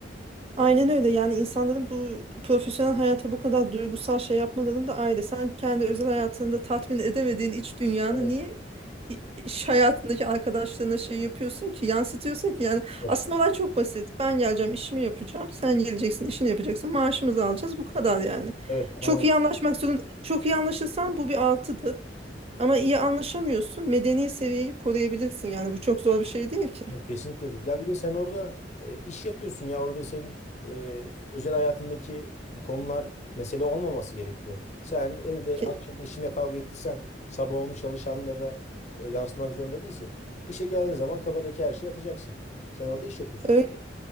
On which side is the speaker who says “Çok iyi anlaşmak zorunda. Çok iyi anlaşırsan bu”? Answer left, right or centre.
Right